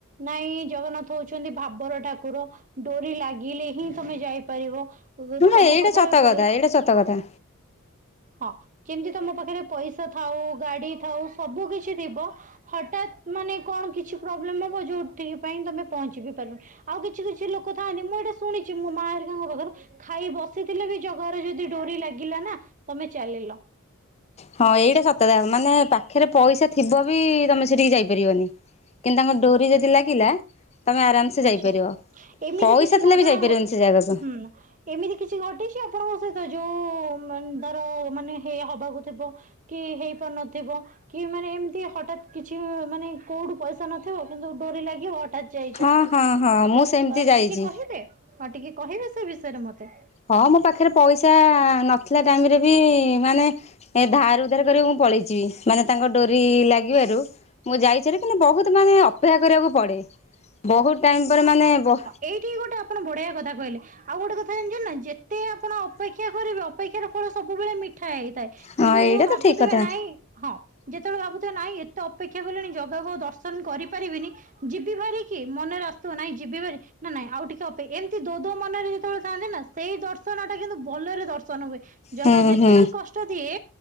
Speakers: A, on the right; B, on the left.
A: ନାଇଁ ଜଗନ୍ନାଥ ହଉଛନ୍ତି ଭାବର ଠାକୁର ଡୋରି ଲାଗିଲେ ହିଁ ତମେ ଯାଇପାରିବ।
B: ଶୁଣ
A: ତମ
B: ଏଇଟା
A: ପାଖରେ
B: ସତ
A: ପଇସା
B: କଥା ଏଇଟା ସତ କଥା।
A: ହଁ କେମିତି ତମ ପାଖରେ ପଇସା ଥାଉ ଗାଡି ଥାଉ ସବୁ କିଛି ଥିବ। ହଠାତ୍ ମାନେ କଣ କିଛି ପ୍ରୋବ୍ଲେମ ହବ ଯୋଉଠିକି ପାଇଁ ତମେ ପହଞ୍ଚି ବି ପାରୁନ। ଆଉ କିଛି କିଛି ଲୋକ ଥାନ୍ତି ମୁଁ ଏଇଟା ଶୁଣିଛି ମୋ ମାଁ ଏରିକାଙ୍କ ପାଖରୁ ଖାଇ ବସିଥିଲେ ବି ଜଗାରେ ଯଦି ଡୋରି ଲାଗିଲା ନା ତମେ ଚାଲିଲ।
B: ହଁ ଏଇଟା ସତ କଥା ମାନେ ପାଖରେ ପଇସା ଥିବ ବି ତମେ ସେଠିକି ଯାଇ ପାରିବନି। କିନ୍ତୁ ତାଙ୍କ ଡୋରି ଯଦି ଲାଗିଲା। ତମେ ଆରାମସେ ଯାଇପାରିବ
A: ଆଛା ଏମିତି
B: ପଇସା
A: କିଛି
B: ଥିଲେ
A: ଘଟଣା
B: ବି ଯାଇପାରିବନି
A: ଘ
B: ସେ ଜାଗାକୁ
A: ହୁଁ ଏମିତି କିଛି ଘଟିଛି ଆପଣଙ୍କ ସହିତ ଯୋଉ ମାନ ଧର ମାନେ ହେଇ ହବାକୁ ଥିବ କି ହେଇ ପାରୁନଥିବ କି ମାନେ ଏମିତି ହଠାତ୍ କିଛି ମାନେ କୋଉଠୁ ପଇସା ନ ଥିବ କିନ୍ତୁ ଡୋରି ଲାଗିବ ହଠାତ୍ ଯାଇଛ
B: ହଁ
A: ଅଁ
B: ହଁ ମୁଁ
A: ହଁ
B: ସେମିତି
A: ଅ
B: ଯାଇଛି
A: ଟିକେ କହିବେ? ହଁ ଟିକେ କହିବେ ସେ ବିଷୟରେ ମତେ?
B: ହଁ ମୋ ପାଖରେ ପଇସା ନଥିଲା ଟାଇମ ରେ ବି ମାନେ ଏ ଧାର ଉଧାର କର ମୁଁ ପଳେଇଚି ମାନେ ତାଙ୍କ ଡୋରି ଲାଗିବାରୁ ମୁଁ ଯାଇଛି ହରି କିନ୍ତୁ ବହୁତ ମାନେ ଅପ ଅପେକ୍ଷା କରିବାକୁ ପଡେ ବହୁତ ଟାଇମ ପରେ ମାନେ ବ
A: ଏଇଠିକି ଗୋଟେ ଆପଣ ବଢ଼ିଆ କଥା କହିଲେ। ଆଉ ଗୋଟେ କଥା ଜାଣିଛ ନା ଯେତେ ଆପଣ ଅପେକ୍ଷା କରିବେ ଅପେକ୍ଷାର ଫଳ ସବୁବେଳେ ମିଠା ହେଇଥାଏ।
B: ହଁ
A: କିନ୍ତୁ
B: ଏଇଟା
A: ଯୋଉ ଭାବୁଥିବେ
B: ତ ଠିକ କଥା
A: ନାଇଁ ହଁ ଯେତେବେଳେ ଭାବୁଥିବେ ନାଇଁ ଏତ ତ ଅପେକ୍ଷା କଲିଣି ଜଗାକୁ ଆଉ ଦର୍ଶନ କରି ପାରିବିନି। ଯିବି ଭାରି କି ମନରେ ଆସୁଥିବ ନାଇଁ ଯିବିିଭାରି ନା ନାଇଁ ଆଉ ଟିକେ ଅପେକ୍ଷା ଏମିତି ଦୋ ଦୋ ମନରେ ଯେତେବେଳେ ଥାନ୍ତି ନା ସେଇ ଦର୍ଶନ ଟା କିନ୍ତୁ ବଲରେ ଦର୍ଶନ ହୁଏ ଜଗା
B: ହୁଁ
A: ଯେତିକି
B: ହୁଁ
A: କଷ୍ଟ ଦିଏ।